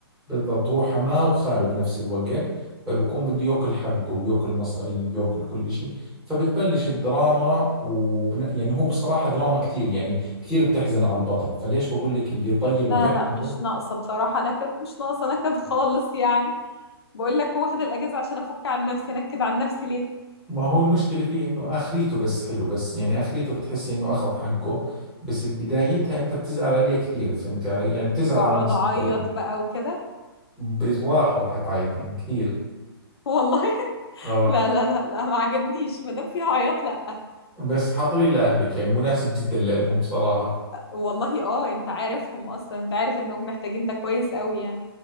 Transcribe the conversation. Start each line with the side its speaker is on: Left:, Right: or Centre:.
Centre: بالضبط هو حماه وخاله بنفس الوقت فبيكون بده ياكل حقه وياكل مصاري وياكل كل إشي فبتبلش الدراما وبن... يعني هو بصراحة دراما كتير يعني كتير بتحزن على البطل فليش بقول لك اللي طيب
Left: لا
Centre: وبيحمله
Left: لا مش ناقصة بصراحة نكد مش ناقصة نكد خالص يعني بقول لك هو واخد الأجازة عشان أفك عن نفسي نكد عن نفسي ليه
Centre: ما هو المشكلة فيه إنه آخريته بس حلو بس يعني آخريته بتحسي إنه أخذ حقه بس بدايتها أنت بتزعل عليه كثير فهمت علي؟ يعني بتزعل
Left: وأقعد
Centre: على الناس
Left: أعيط
Centre: الطيبة
Left: بقى وكده
Centre: بالراحة راح تعيطي يعني كثير
Left: والله <laughs>
Centre: آه
Left: لا لا لا لا ما عجبنيش ما دام فيها عياط لا
Centre: بس حضري لأهلك يعني مناسب جدا لإلهم صراحة
Left: والله اه انت عارفهم اصلا انت عارف انهم محتاجين ده كويس قوي يعني